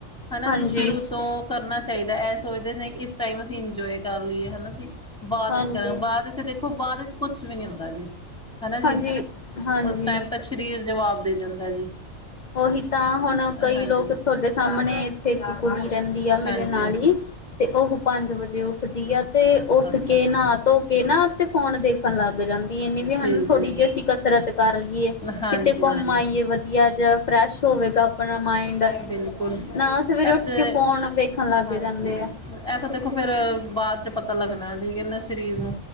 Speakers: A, in the centre; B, on the left.
A: ਹਨਾ
B: ਹਾਂਜੀ
A: ਜੀ ਸ਼ੁਰੂ ਤੋਂ ਕਰਨਾ ਚਾਹੀਦਾ ਹੈ। ਇਹ ਸੋਚਦੇ ਨੇ ਇਸ ਟਾਈਮ ਅਸੀਂ ਇੰਜੋਏ ਕਰ ਲਈਏ ਹਨਾ ਜੀ। ਬਾਅਦ
B: ਹਾਂਜੀ
A: ਚ ਕਰੋ ਬਾਅਦ ਵਿੱਚ ਦੇਖੋ, ਬਾਅਦ ਵਿੱਚ ਕੁਛ ਵੀ ਨੀ ਹੁੰਦਾ ਜੀ, ਹਨਾ ਜੀ।
B: ਹਾਂਜੀ ਹਾਂਜੀ
A: ਉਸ ਟਾਈਮ ਤੱਕ ਸ, ਰੀਰ ਜਵਾਬ ਦੇ ਜਾਂਦਾ ਜੀ।
B: ਉਹੀ ਤਾਂ, ਹੁਣ ਕਈ
A: ਹਾਂਜੀ
B: ਲੋਕ ਤੁਹਾਡੇ ਸਾਹਮਣੇ, ਇੱਥੇ ਕੁੜੀਆਂ? ਰਹਿੰਦੀ, ਆ ਮੇਰੇ
A: ਹਾਂਜੀ
B: ਨਾਲ
A: ਹਾਂਜੀ
B: ਈ, ਤੇ ਉਹ ਪੰਜ ਵਜੇ, ਉੱਠਦੀ ਆ। ਤੇ ਉੱਠ
A: ਅੱਛਾ
B: ਕੇ, ਨਹਾ ਧੋ ਕੇ, ਨਾ ਤੇ ਫੋਨ ਦੇਖਣ ਲੱਗ ਜਾਂਦੀ। ਇਹ ਨਹੀਂ ਵੀ
A: ਠੀਕ
B: ਹਨਾ ਥੋੜ੍ਹੀ,
A: ਹੈ ਜੀ
B: ਜਿਹੀ ਅਸੀਂ ਕਸਰਤ ਕਰ ਲਈਏ,
A: ਹਾਂਜੀ
B: ਕਿਤੇ ਘੁੰਮ
A: ਹਾਂਜੀ
B: ਆਈਏ ਵਧੀਆ ਜਾਂ। ਕੁਛ ਹੋਵੇਗਾ? ਆਪਣਾ ਮਈਂਡ,
A: ਬਿਲਕੁਲ
B: ਨਾ ਸਵੇਰੇ
A: ਅਤੇ
B: ਉੱਠ ਕਂ ਫ਼ੋਨ ਵੇਖਣ, ਲਗ
A: ਹਾਂਜੀ
B: ਜਾਂਦੇ ਆ।
A: ਇਹ ਤਾਂ ਦੇਖੋ ਫੇਰ, ਬਾਅਦ 'ਚ ਪਤਾ ਲੱਗਣਾ, ਜੀ ਏਨਾ ਸਰੀਰ ਨੂ